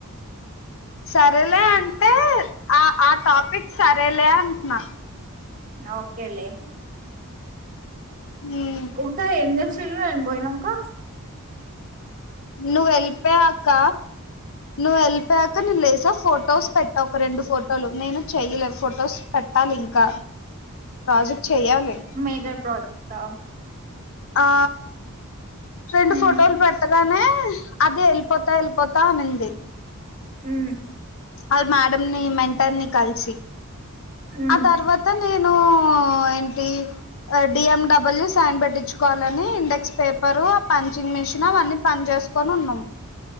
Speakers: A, on the left (about 65°); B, on the right (about 35°).
A: సరేలే అంటే ఆ ఆ టాపిక్ సరేలే అంటన్నా
B: ఓకేలే
A: హ్మ్
B: ఇంకా ఎందుకు చెయ్ నేను పోయినాంకా
A: నువ్ ఎల్పోయాక నువ్ ఎల్పోయాక నేను లేచా ఫోటోస్ పెట్ ఒక రెండు ఫోటోలు నేను చెయలే ఫొటోస్ పెట్టాలి ఇంకా క ప్రాజెక్ట్
B: <unintelligible>
A: చెయ్యాలి
B: కా
A: ఆ రెండు
B: మ్మ్
A: ఫోటోలు పెట్టగానే అదే వెళ్ళిపోతా వెళ్ళిపోతా అనింది
B: మ్మ్
A: ఆన్ మా మీ మెంటార్ ని కలిసి
B: మ్మ్
A: ఆ తర్వాత నేను ఏంటి D M W <unintelligible> కోవాలని index paper ఆ పంచింగ్ మిషన్ అవన్నీ పని చేసుకొని ఉన్నాము.